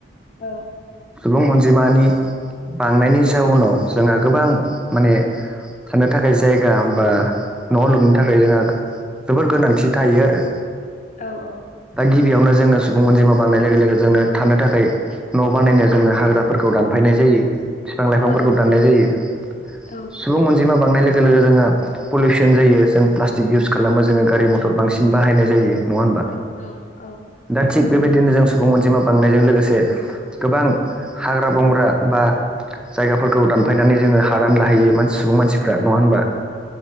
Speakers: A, on the left (about 40°); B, in the centre.
A: औ
B: सुबुं अनजिमानि बांनायनि जाउनाव जोंहा गोबां माने साननो थाखाय जायगा बा न'आव लुनो थाखाय जोंहा जोबोर गोनांथि थायो आरो
A: औ औ
B: दा गिबियावनो जोङो सुबुं अनजिमा बांनाय लोगो लोगो जोंनो थानो थाखाय न' बानायनायाव जोङो हाग्राफोरखौ दानफायनाय जायो बिफां लाइफांफोरखौ
A: औ
B: दाननाय जायो
A: औ
B: सुबुं अनजिमा बांनाय लोगो जोंहा पलिउसन जायो जों प्लासटिक इउस खालामो जोङो गारि मथर बांसिन बाहायनाय जायो नङा होनबा
A: औ औ
B: दा थिग बेबायदिनो जों सुबुं अनजिमा बांनायजों लोगोसे गोबां हाग्रा बंग्रा बा जायगाफोरखौ दानफायनानै जोङो हादान लाहैयो सुबुं मानसिफ्रा नङा होनबा